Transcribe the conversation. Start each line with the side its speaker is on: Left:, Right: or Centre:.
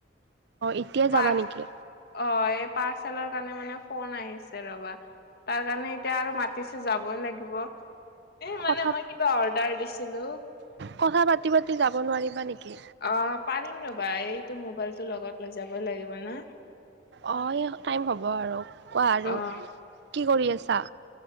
Right: এতিয়াই
Left: পাৰ
Right: যাবা নেকি।
Left: অ', এই পাৰ্চেলৰ কাৰণে মানে ফোন আহিছে ৰ'বা। তাৰ কাৰণে এতিয়া আৰু মাতিছে যাবই লাগিব। এ মানে
Right: কথা
Left: মই কিবা অৰ্ডাৰ দিছিলো।
Right: কথা পাতি পাতি যাব নোৱাৰিবা নেকি।
Left: অ', পাৰিম ৰ'বা এইটো মোবাইলটো লগত লৈ যাবই লাগিব ন।
Right: অ', এই টাইম হ'ব আৰু কোৱা আৰু
Left: অ',
Right: কি কৰি আছা।